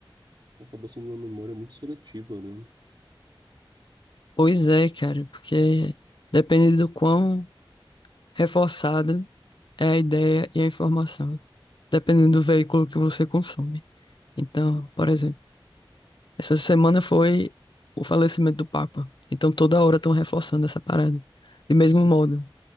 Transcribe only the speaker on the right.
Acaba sendo uma memória muito seletiva, né?
Uhum,
Sim.